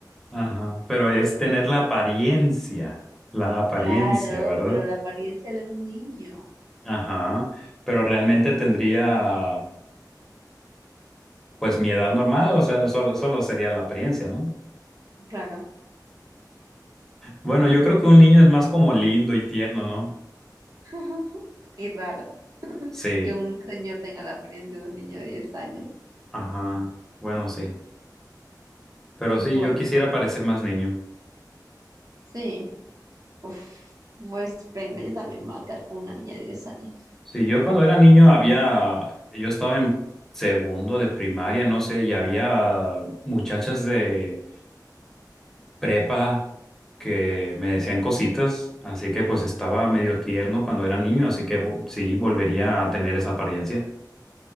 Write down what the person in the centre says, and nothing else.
Ajá, pero es tener la apariencia, la apariencia,
¿verdad?
Ajá, pero realmente tendría, pues, mi edad normal, o sea, solo, solo sería la apariencia, ¿no?
Bueno, yo creo que un niño es más como lindo y tierno, ¿no?
Sí,
ajá, bueno, sí. Pero
sí, yo quisiera parecer
más niño.
Sí, yo cuando era niño había, yo estaba en segundo de primaria, no sé, y había muchachas de prepa que me decían cositas, así que pues estaba medio tierno cuando era niño, así que vo- sí, volvería a tener esa apariencia.